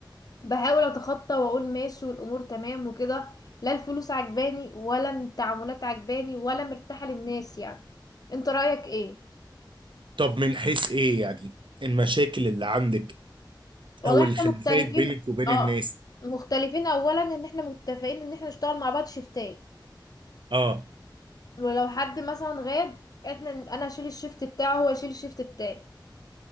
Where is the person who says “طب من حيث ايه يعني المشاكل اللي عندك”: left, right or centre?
Right